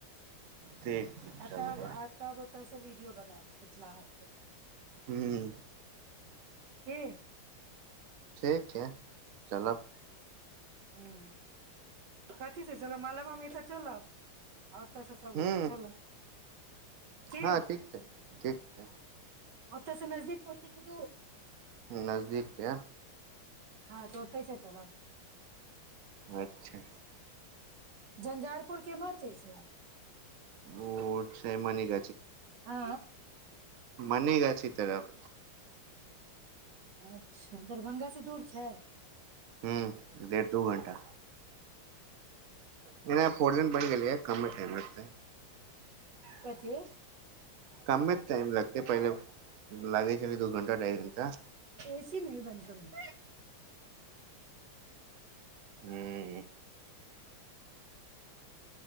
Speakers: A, on the right; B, on the right.
A: ठीक छै
B: ए
A: चलू
B: त ए तब ओत सब बना मिथिलला है
A: हू
B: की
A: ठीक छै चलब
B: ह कथी छै चल मल म मेत चलब आ ओतऽ से सबगोटा
A: ह
B: चल क
A: हँ ठीक छै ठीक छै
B: ओतऽ से नजदीक पड़त की दूर
A: नजदीकके
B: हँ तऽ ओते छै चल
A: अच्छा
B: झंझारपुर केमहर छै से
A: ओ छै मने क
B: आ
A: मनिगाछी तरफ
B: अच्छा दरभंगासँ दूर छै
A: हू देडढ़ दू घण्टा नहि नहि फोर् लिन बनि गेलियै कममे टाइम लगत है
B: कथी
A: कम मे टाइम लगतेै पहिले लागे छल दू घण्टा ढाइ घण्टा
B: एसी नहि बनत
A: हू